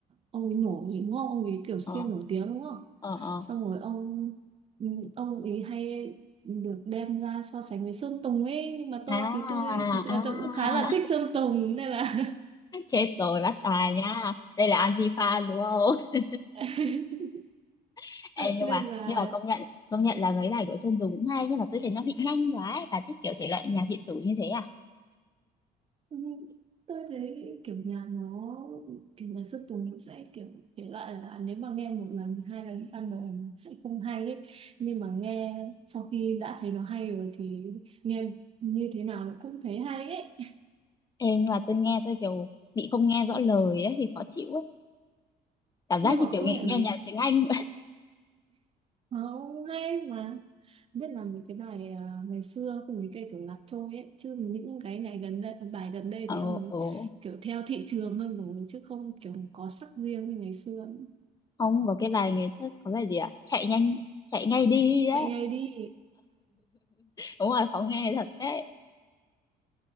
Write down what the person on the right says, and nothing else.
ông ấy nổi đúng không ông ấy kiểu siêu
nổi tiếng đúng không
xong rồi ông ừ, ông ấy hay được đem ra so sánh với Sơn Tùng ấy nhưng mà tôi
thì tôi thực sự
là tôi cũng khá là thích Sơn Tùng nên là
<laughs>
nên
là
Ừ, tôi thấy kiểu nhạc nó kiểu nhạc xuất tùng nó sẽ kiểu thể loại là nếu mà nghe một lần hai lần ban đầu sẽ không hay ấy nhưng mà nghe sau khi đã thấy nó hay rồi thì nghe như thế nào nó cũng thấy hay ấy
nhưng
mà
công
nhận
là
nó hay mà biết là mấy cái bài à, ngày xưa cùng mấy cái kiểu lạc trôi ấy chứ những cái ngày gần đây bài gần đây
thì
ông ấy
kiểu theo thị trường hơn rồi chứ không kiểu có sắc riêng như ngày xưa nữa.
chạy ngay
đi